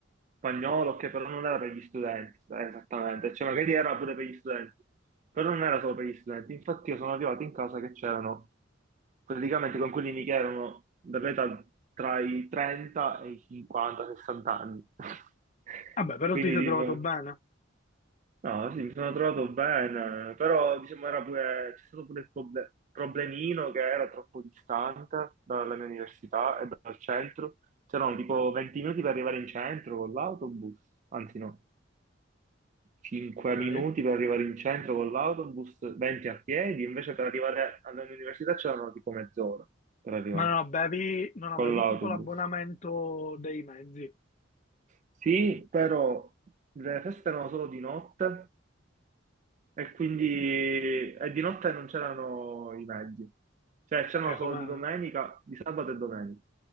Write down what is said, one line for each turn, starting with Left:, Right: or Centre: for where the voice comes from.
Right: spagnolo che però non era per gli studenti, eh, esattamente, cioè magari era pure per gli studenti, però non era solo per gli studenti. Infatti io sono arrivato in casa che c'erano praticamente coinquilini che erano dall'età tra i 30 e i 50-60 anni. <laughs>
Left: Vabbè, però
Right: Quindi
Left: ti sei
Right: tipo,
Left: trovato bene.
Right: No, sì, mi sono trovato bene, però diciamo era pure, c'è stato pure il proble- problemino che era troppo distante dalla mia università e dal centro. C'erano tipo 20 minuti per arrivare in centro con l'autobus, anzi no, 5
Left: Ok.
Right: minuti per arrivare in centro con l'autobus, 20 a piedi, invece per arrivare alla mia università c'erano tipo mezz'ora per arrivarci
Left: Ma non avevi, non avevi
Right: con l'autobus.
Left: tipo l'abbonamento dei mezzi,
Right: Sì, però le feste erano solo di notte E quindi e di notte non c'erano i mezzi, cioè c'erano
Left: cioè come
Right: solo di domenica, di sabato e domenica,